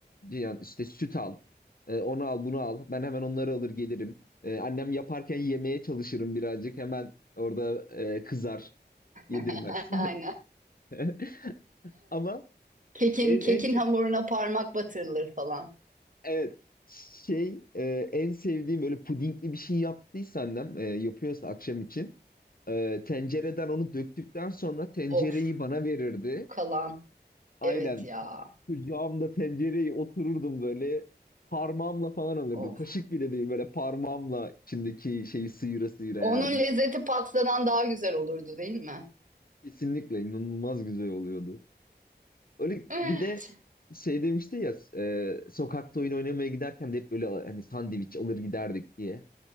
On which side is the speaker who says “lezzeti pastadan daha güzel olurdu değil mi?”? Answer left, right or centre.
Right